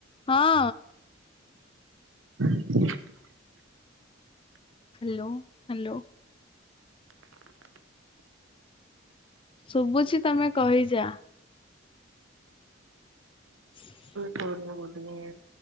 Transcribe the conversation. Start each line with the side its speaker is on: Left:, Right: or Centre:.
Left: ହଁ।
Right: <inaudible>
Left: Hello hello. ଶୁଭୁଛି ତମେ କହିଯା। ହଁ।
Right: କରନା ଗୋଟେ ମିନିଟ।